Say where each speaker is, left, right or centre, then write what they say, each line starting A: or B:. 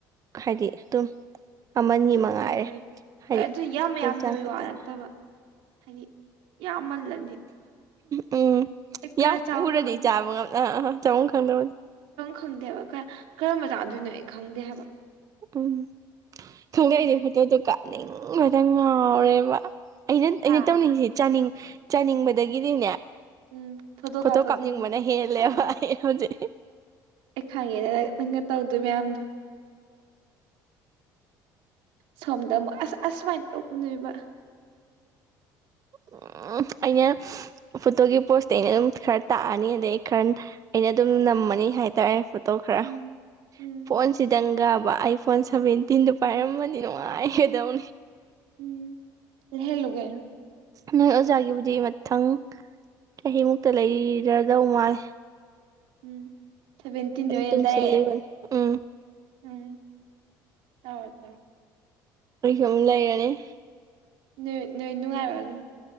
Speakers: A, on the right (about 40°); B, on the right (about 80°).
A: ꯍꯥꯏꯗꯤ ꯑꯗꯨꯝ ꯑꯃꯅꯤ ꯃꯉꯥꯏꯔꯦ
B: ꯍꯣꯏ ꯍꯣꯏ
A: ꯍꯥꯏꯗꯤ
B: ꯍꯣꯏ ꯑꯗꯨ ꯌꯥꯝ ꯌꯥꯝꯗꯕꯩ
A: ꯆꯥꯡ ꯈꯛꯇꯅꯤ
B: ꯋꯥ ꯅꯠꯇꯕ ꯍꯥꯏꯗꯤ ꯌꯥꯝꯃꯜꯂ
A: ꯎꯝ
B: ꯀꯌꯥ
A: ꯌꯥꯝ
B: ꯆꯥꯐꯝ
A: ꯎꯔꯗꯤ
B: ꯈꯪ
A: ꯆꯥꯕ ꯉꯝ ꯑ ꯆꯃꯣꯝ ꯈꯪꯗꯕꯗꯤ
B: ꯈꯪꯗꯦꯕ ꯀꯔꯝꯕ ꯆꯥꯗꯣꯏꯅꯣ ꯑꯩ ꯈꯪꯗꯦ ꯍꯥꯏꯕ
A: ꯎꯝ ꯊꯣꯡꯗꯛꯏꯁꯦ
B: ꯑꯗꯩ
A: ꯐꯣꯇꯣꯗꯣ ꯀꯥꯅꯤꯡꯕꯇꯪ ꯉꯥꯎꯔꯦꯕ ꯑꯩꯅ ꯑꯩꯅ
B: ꯍꯥ
A: ꯇꯧꯅꯤꯡꯉꯁꯤ ꯆꯥꯅꯤꯡ ꯆꯥꯅꯤꯡꯕꯗꯒꯤꯗꯤꯅꯦ
B: ꯎꯝ
A: ꯐꯣꯇꯣ
B: ꯀꯥꯞꯄꯗꯨꯅꯤ
A: ꯀꯥꯞꯅꯤꯡꯕꯅ ꯍꯦꯜꯂꯦꯕ
B: ꯑꯥ
A: ꯑꯩ ꯍꯧꯖꯤꯛ
B: ꯑꯩ ꯈꯪꯉꯦꯗ ꯅꯪꯒ ꯇꯧꯗꯣꯏ ꯃꯌꯥꯝꯗꯣ ꯁꯣꯝꯗ ꯑꯃꯨꯛ ꯑꯁ ꯑꯁ ꯁꯨꯃꯥꯏꯅ ꯇꯧ ꯅꯣꯏꯕ
A: ꯎ ꯑꯩꯅ ꯐꯣꯇꯣꯒꯤ ꯄꯣꯁꯇꯤ ꯑꯩꯅ ꯑꯗꯨꯝ ꯈꯔ ꯇꯥꯛꯑꯅꯤ ꯑꯗꯩ ꯑꯩ ꯈꯔ ꯑꯩꯅ ꯑꯗꯨꯝ ꯅꯝꯃꯅꯤ ꯍꯥꯏꯇꯥꯔꯦ ꯇꯧꯈ꯭ꯔ
B: ꯎꯝ ꯎꯝ
A: ꯐꯣꯟꯁꯤꯗꯪꯒꯥꯕ ꯑꯩ ꯐꯣꯟ ꯁꯚꯦꯟꯇꯤꯟꯗꯣ ꯄꯥꯏꯔꯝꯃꯅꯤ ꯍꯗꯎꯅꯤ
B: ꯎꯝ ꯎꯝ ꯂꯩꯍꯜꯂꯨꯒꯦꯔꯣ
A: ꯅꯣꯏ ꯑꯣꯖꯥꯒꯤꯕꯨꯗꯤ ꯃꯊꯪ ꯆꯍꯤꯃꯨꯛꯇ ꯂꯩꯔꯗꯧ ꯃꯥꯜ
B: ꯎꯝ ꯁꯕꯦꯟꯇꯤꯟꯖꯗꯑ
A: ꯇꯨꯡꯁꯤꯜꯂꯤꯕꯅꯤ ꯎꯝ
B: ꯎꯝ ꯇꯥꯎ ꯇꯥꯎ
A: ꯑꯝ ꯂ ꯌꯥꯅꯦꯦ
B: ꯅꯣꯏ ꯅꯣꯏ ꯅꯨꯡꯉꯥꯏꯔꯣ ꯑꯗꯨꯝ